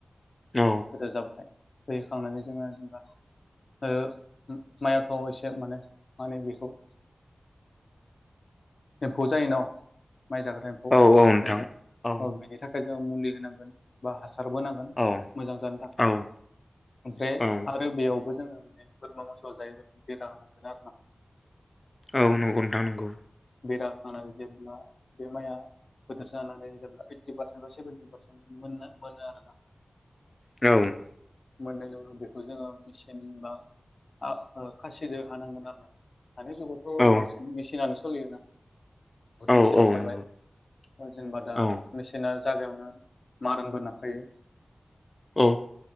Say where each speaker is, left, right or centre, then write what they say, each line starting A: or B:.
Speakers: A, on the left; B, on the left.
A: औ।
B: रोजाबथाय हैखांनानै जोङो जेनबा ओ उम मायाथ' एसेब माने मा होनो बेखौ एम्फौ जायो न' माइ जाग्रा एम खौ
A: औ नोंथां
B: जेनेबा
A: औ
B: ओ बेनि थाखाय जों मुलि होनांगोन बा हासारबो नांगोन
A: औ
B: मोजां जानो थाखाय
A: औ
B: ओमफ्राय
A: औ
B: आरो बेयावबो जोङो माने बोरमा मोसौ जायै रखम बेरा होनांगोन आरोना।
A: औ नंगौ नोंथां नंगौ।
B: बेरा होखांनानै जेब्ला बे माइया गोदोर जानानै जेब्ला ओइटि पार्सेन्ट बा सेबेन्टि पारसेन्ट मोननो मोनो आरोना।
A: औ।
B: मोननायनि उनाव बेखौ जोङो मेसिन बा आ ओ खासिदो हानांगोन आरोना। दानि जुगावथ'
A: औ
B: बांसिन मेसिनानो सलियोना बुहुद
A: औ
B: मेचिन
A: औ
B: अंखारबाय
A: नंगौ
B: ओ जेनेबा दा
A: औ
B: मेसिना जागायावनो मारानबो नाखायो
A: औ।